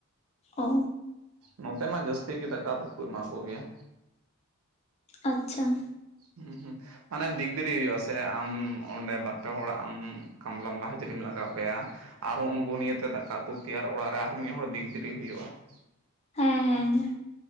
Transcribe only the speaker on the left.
ᱚ
ᱟᱪᱪᱷᱟ ᱾
<inaudible> ᱦᱮᱸ